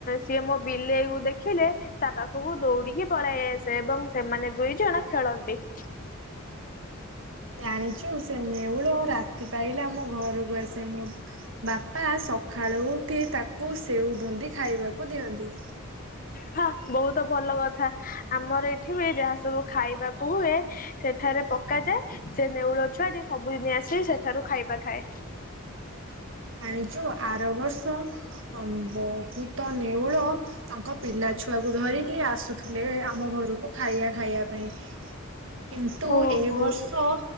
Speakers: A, on the left; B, on the right.
A: ସିଏ ମୋ ବିଲେଇକୁ ଦେଖି ଦେଖିଲେ ତା ପାଖକୁ ଦୌଡିକି ପଳାଇ ଆସେ ଏବଂ ସେମାନେ ଦୁଇ ଜଣ ଖେଳନ୍ତି। <inaudible>
B: ଜାଣିଚୁ ସେ ନେଉଳ ରାତି ପାଇଲେ ଆମ ଘରକୁ ଆସେ ସେ ମୋ ବାପା ସକାଳ ଉଠି ତାକୁ ସେଉ ବୁନ୍ଦି ଖାଇବା କୁ ଦିଅନ୍ତି।
A: କଥା ବହୁତ ଭଲ କଥା ଆମର ଏଠି ବି ଯାହା ସବୁ ଖାଇବାକୁ ହୁଏ ସେଠାରେ ପ ପକାଯାଏ ସେ ନେଉଳ ଛୁଆଟି ସବୁଦିନ ଆସି ସେଠାରୁ ଖାଇବା ଖାଏ।
B: ଆଣିଚୁ ଆର ବର୍ଷ ବହୁତ ନେଉଳ ତାଙ୍କ ପିଲା ଛୁଆକୁ ଧରିକି ଆସୁଥିଲେ ଆମ ଘରକୁ ଖାଇବା ଖାଇବା ପାଇଁ। କିନ୍ତୁ
A: ଓହୋ।
B: ଏ ବର୍ଷ